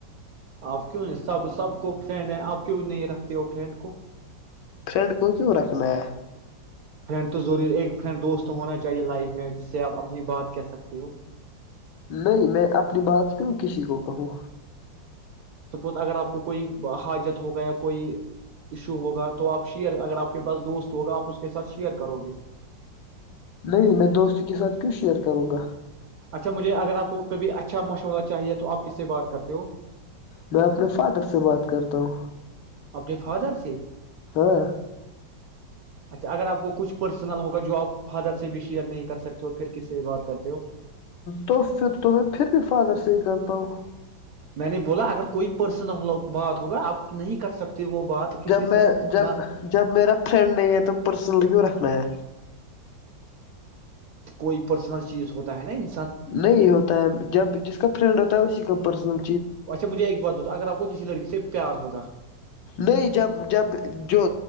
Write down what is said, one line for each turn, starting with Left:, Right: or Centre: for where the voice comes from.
Right: آپ کیوں نہیں سب سب کو فرینڈ ہیں آپ کیوں نہیں رکھتے ہو فرینڈ کو
Left: فرینڈ کو کیوں رکھنا ہے
Right: فرینڈ تو ضرور ایک فرینڈ دوست ہونا چاہیے لائف میں جسے آپ اپنی بات کہہ سکتے ہو
Left: نہیں میں اپنی بات کیوں کسی کو کہوں
Right: سپوز اگر آپ کو کوئی حاجت ہوگا یا کوئی ایشو ہوگا تو آپ شیئر اگر آپ کے پاس دوست ہوگا آپ اس کے ساتھ شیئر کرو گے
Left: نہیں میں دوست کے ساتھ کیوں شیئر کروں گا
Right: اچھا مجھے اگر آپ کو کبھی اچھا مشورہ چاہیے تو آپ کس سے بات کرتے ہو
Left: میں اپنے فادر سے بات کرتا ہوں
Right: اپنے فادر سے
Left: ہاں
Right: اچھا اگر آپ کو کچھ پرسنل ہوگا جو آپ فادر سے بھی شیئر نہیں کر سکتے اور پھر کسی بات کرتے ہو
Left: تو پھر تو پھر بھی فادر سے ہی کرتا ہوں ا <unintelligible>
Right: میں نے بولا اگر کوئی پرسن ہم لوگ بات ہوگا آپ نہیں کر سکتے وہ بات کسی
Left: جب
Right: سے
Left: میں جب
Right: نہ
Left: جب میرا فرینڈ نہیں ہے تو پرسنلی کیوں میں
Right: کوئی پرسنل چیز ہوتا ہے نا ان
Left: نہیں ہوتا ہے جب جس کا فرینڈ ہوتا ہے اس کا پرسن
Right: تو اچھا مجھے ایک بات بتا اگر آپ کو کسی لڑکی سے پیار ہوگ
Left: نہیں جب جب جو